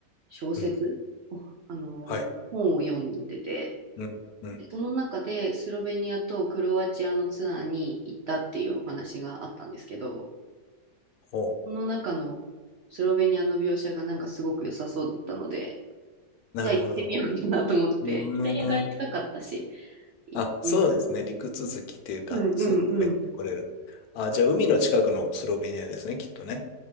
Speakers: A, on the right; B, on the left.
A: 小説をあの本を読んでて
B: うん。はい。うん、うん。
A: でその中でスロベニアとクロアチアのツアーに行ったっていうお話があったんですけど
B: おー。
A: その中のスロベニアの描写がなんかすごく良さそうだったので
B: なるほど。
A: じゃあ行ってみようかなと思って、
B: うーん。
A: イタリアから近かったし、行ってみたんです。
B: あ、そうですね。陸続きっていうか、
A: うんうんうん。
B: スッと入ってこれる。あ、じゃあ海の近くのスロベニアですね、きっとね。